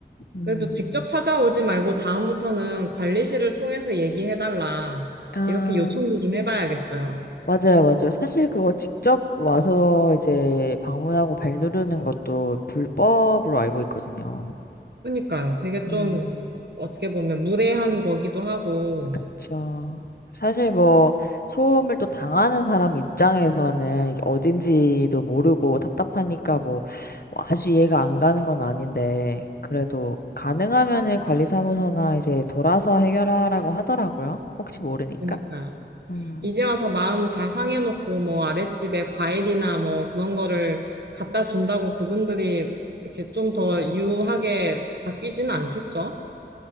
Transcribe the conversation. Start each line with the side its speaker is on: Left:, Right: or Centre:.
Left: 음,
Right: 그래도 직접 찾아오지 말고 다음부터는 관리실을 통해서 얘기해달라.
Left: 아.
Right: 이렇게 요청도 좀 해봐야겠어요.
Left: 맞아요, 맞아요. 사실 그거 직접 와서 이제 방문하고 벨 누르는 것도 불법으로 알고 있거든요.
Right: 그러니까요. 되게
Left: 음,
Right: 좀 어떻게 보면 무례한 거기도 하고,
Left: 그쵸. 사실 뭐 소음을 또 당하는 사람 입장에서는 이게 어딘지도 모르고 답답하니까 뭐, 뭐 아주 이해가 안 가는 건 아닌데 그래도 가능하면은 관리사무소나 이제 돌아서 해결하라고 하더라고요. 혹시 모르니까.
Right: 그러니까요.
Left: 음.
Right: 이제 와서 마음 다 상해놓고 뭐 아랫집에 과일이나 뭐 그런 거를 갖다 준다고 그분들이 이렇게 좀 더 유하게 바뀌지는 않겠죠?